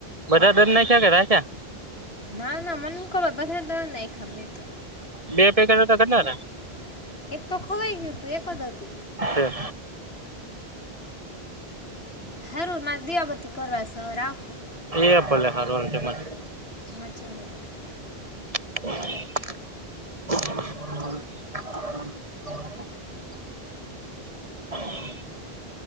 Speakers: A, on the right; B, on the left.
A: બધા દળ નાખ્યા કે રાખ્યા?
B: ના ના મન હું ખબર બધા દળ નાખ્યા મેતો,
A: બે પેકેટ હતા કેટલા
B: <unintelligible> એક તો ખવાઈ ગયું તું, એક જ હતું.
A: હતા
B: હારું મારે દીવાબતી કરવા જાઉં, હવે રાખું
A: એ ભલે <unintelligible>
B: હાચી વાત છે.
A: <inaudible> <inaudible>